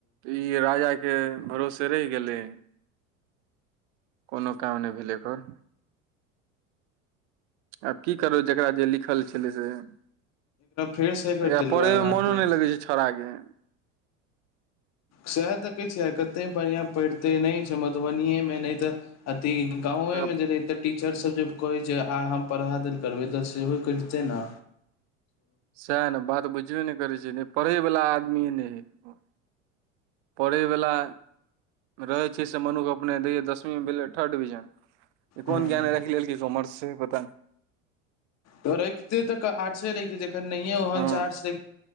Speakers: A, on the right; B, on the left.
A: ई राजा के भरोसे रहि गेलै कोनो काम नहि भेले एकर आब कि करबे जेकरा जे लिखल छलै से एकरा
B: फेरसँ एक बेर दिलवाएब
A: पढ़े मे
B: अहाँ
A: मनो
B: ट्वेल्थ
A: नहि लगै छै छौड़ा के
B: सैह तऽ कहय छै आय कते बढ़िया पढ़िते नहि छै मधुबनी मे नहि तऽ अथी गावे
A: ओकरा
B: मे जे रहै तऽ टीचर सभ जे कहै छै आ हम पढ़ा देल करबै तऽ सेहो करतै न
A: सेह न बात बुझ नहि करै छै ता नहि पढ़ै वाला आदमी नहि है पढ़ै वला रहै छीयै से मनु के अपने दै दसमी मे भेलै थर्ड डिविजन एक कोन
B: हँ
A: ज्ञान राखि लेलऽ कय कॉमर्स से पता नहि
B: त रखते ता निकलि
A: हँ